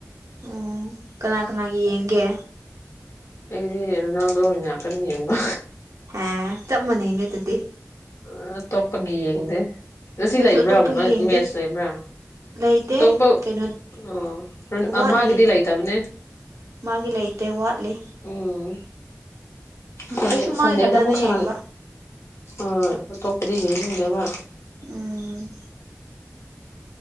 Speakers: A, on the right; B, on the left.
A: ꯎꯝ ꯀꯅꯥ ꯀꯅꯥꯒꯤ ꯌꯦꯡꯒꯦ
B: ꯑꯩꯗꯤ ꯔꯣꯅꯥꯜꯗꯣꯒꯤ ꯉꯥꯛꯇꯅꯤ ꯌꯦꯡꯕ
A: ꯍꯦ ꯆꯞ ꯃꯅꯩꯅꯦ ꯗꯨꯗꯤ
B: ꯑ ꯑꯇꯣꯞꯄꯒꯤ ꯌꯦꯡꯗꯦ ꯉꯁꯤ
A: ꯑꯩꯁꯨ
B: ꯂꯩꯕ꯭ꯔꯥ
A: ꯑꯇꯣꯞꯄꯒꯤ
B: ꯃꯠ
A: ꯌꯦꯡꯗꯦ
B: ꯃꯦꯠꯁ ꯂꯩꯕ꯭ꯔꯥ
A: ꯂꯩꯇꯦ
B: ꯇꯧꯛꯄ
A: ꯀꯩꯅꯣ
B: ꯉ ꯄ꯭ꯔꯟ
A: ꯋꯥꯠꯂꯤ
B: ꯑꯥ ꯃꯥꯒꯤꯗꯤ ꯂꯩꯇꯕꯅꯦ
A: ꯃꯥꯒꯤ ꯂꯩꯇꯦ ꯋꯥꯠꯂꯤ
B: ꯎꯝ ꯁꯟꯗꯦ
A: ꯑꯩꯁꯨ
B: ꯁꯟꯗꯦꯗ
A: ꯃꯥꯒꯤ ꯈꯛꯇꯅ
B: ꯑꯃꯨꯛ ꯁꯥꯟꯅ
A: ꯌꯦꯡꯕ
B: ꯑ ꯑꯇꯣꯞꯄꯗꯤ ꯌꯦꯡꯅꯤꯡꯗꯦꯕ
A: ꯎꯝ